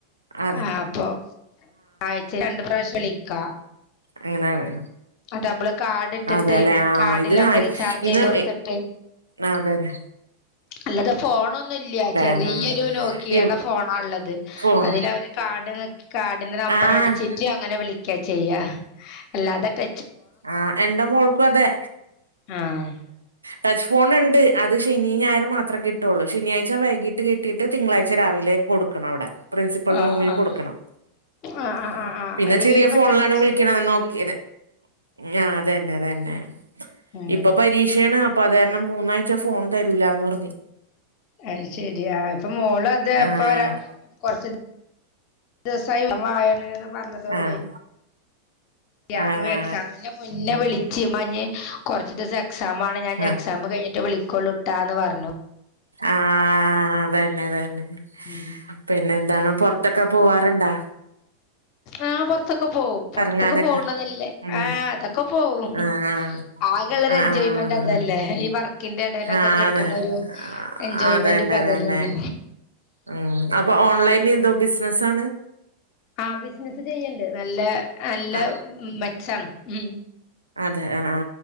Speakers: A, on the right (about 80°); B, on the left (about 40°).
A: അതെ
B: ആ അപ്പൊ ആഴ്ച രണ്ട പ്രാവശ്യം വിളിക്കാ
A: അങ്ങനാണ്
B: അത് നമ്മള് കാർഡ് ഇട്ടിട്ട്
A: അതെല്ലെ ആ
B: കാർഡില്
A: ഇത്
B: നമ്മള്
A: ആ
B: റീചാർജ് ചെയ്ത്
A: ഇന്ന്
B: കൊടുത്തിട്ട്
A: ആ അതന്നെ
B: അല്ലാതെ ഫോണൊന്നുംല്ല ചെറിയൊരു
A: ആഹ്
B: നോക്കിയടെ
A: ഇവ്
B: ഫോണാ ഉള്ളത്
A: ഫോൺ
B: അതില അവര് കാർഡ് കാർഡിന്റെ നമ്പർ
A: ആഹ്
B: അടിച്ചിട്ട് അങ്ങനെ വിളിക്ക ചെയ്യ അല്ലാതെ ട
A: ആഹ് എന്റെ മോൾക്കും അതെ
B: ആഹ്
A: ടച്ച് ഫോൺ ഉണ്ട് അത് ശനി ഞായർ മാത്രം കിട്ടുള്ളൂ ശനിയാഴ്ച വൈകീട്ട് കിട്ടിയിട്ട് തിങ്കളാഴ്ച രാവിലെ കൊടുക്കണം അവിടെ പ്രിൻസിപ്പൽ
B: ആഹ്
A: റൂമിൽ
B: ആഹ്
A: കൊടുക്കണം
B: ആഹ് ആഹ്
A: ആ
B: ആഹ് ആഹ്
A: പിന്നെ
B: ലീവ്ള്ള
A: ചെറിയ ഫോണിലാണ്
B: ദിവസം
A: വിളിക്കണ
B: കൊടുക്ക
A: നോക്കിയെടെ ആ അതന്നെ അതന്നെ
B: ഉം
A: ഇപ്പൊ പരീക്ഷയാണ് അപ്പൊ അത് കാരണം മൂന്നാഴ്ച ഫോൺ തരൂലന്ന് പറഞ്ഞ്
B: അ ശരിയാ ഇപ്പ മോള് അതപ്പ
A: ആഹ്
B: കൊറച്ച് ദിവസായി എ <unintelligible> പറഞ്ഞതൊണ്ട്
A: ആഹ്
B: അപ്പ
A: ആഹ്
B: എക്സാമിന്റെ മുന്നേ വിളിച്ചു മ്മാ ഞ് കൊറച്ച് ദിവസം എക്സാം ആണ് ഞാൻ
A: ആഹ്
B: എക്സാം കഴിഞ്ഞിട്ട് വിളിക്കോള്ളട്ടാന്ന് പറഞ്ഞു
A: ആ ആ അതന്നെ അതന്നെ
B: ഉം
A: പിന്നെ എന്താണ് പൊറത്തൊക്കെ പോവാറുണ്ടാ
B: ആഹ് പൊറത്തൊക്കെ പോവും പൊറത്തൊക്കെ
A: കറങ്ങാനൊക്കെ
B: പോവണതല്ലേ
A: ഉം
B: ആഹ് അതൊക്കെ പോവും
A: ആഹ്
B: ആകെള്ള ഒരു
A: ആഹ്
B: എൻജോയ്മെന്റ്
A: ആഹ്
B: അതല്ലേ ഈ വർ ക്കിന്റെ ഇടയിലൊക്കെ
A: ആണ്
B: കിട്ടണ ഒരു
A: ആ,
B: എൻജോയ്മെന്റ്
A: അതന്നെ
B: ഇപ്പതല്ലേള്ളൂ
A: അതന്നെ ഉം അപ്പൊ ഓൺലൈന് എന്തോ ബിസിനസ്സ് ആണ്
B: ആ ബിസിനസ്സ് ചെയ്യ്ണ്ട് നല്ല നല്ല
A: ആ
B: മെച്ചാണ് ഉം
A: അതെ ആ ആ